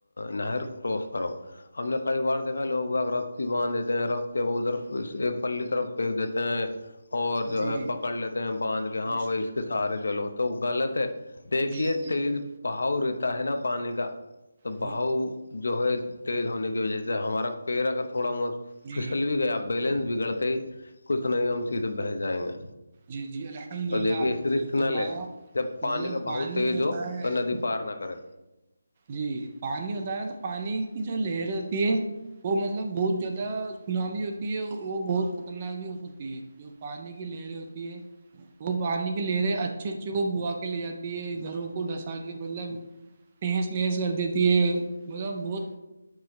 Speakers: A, on the left; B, on the right.
A: نہر کروس کرو ہم نے کئی بار دیکھا ہے لوگ بگ رستی باندھ دیتے ہیں رستے ب ادھرف ایک پلی طرف پک دیتے ہیں اور جو
B: جی
A: ہے پکڑ لیتے ہیں باندھ کے ہاں
B: بش
A: بھائی اس کے سارے چلو تو غلط ہے دیکھیے
B: جی جی
A: تیز
B: جی
A: بہاؤ رہتا ہے نا پانی کا تو
B: وہی
A: بہاؤ جو ہے تیز ہونے کی وجہ سے ہمارا پیڑ اگر تھوڑا مہت
B: جی
A: پھسل بھی گیا اب بیلنس بگڑتے ہی کچھ ط نہ کہ ہم سیدھے بہس جائیں گے
B: جی جی الحمد
A: تو
B: للہ
A: دیکھیے
B: آپ
A: اس
B: کے
A: رسک نہ
B: فرمایا
A: لے جب پانی
B: مطلب
A: کا
B: پانی
A: بہاؤ تیز
B: ہوتا
A: ہو
B: ہے
A: تو ندی پار نہ کرے
B: جی پانی ہوتا ہے نا تو پانی کی جو لہر ہوتی ہے وہ مطلب بہت زیادہ سناامی ہوتی ہے وہ بہت خطرناک بھی ہو سکتی ہے جو پانی کی لہریں ہوتی ہے وہ پانی کی لہریں اچھے اچھے کو بو کے لے جاتی گھروں کو ڈھسا کے مطلب نہیز نہہیز کر دیتی ہے مطلب بہت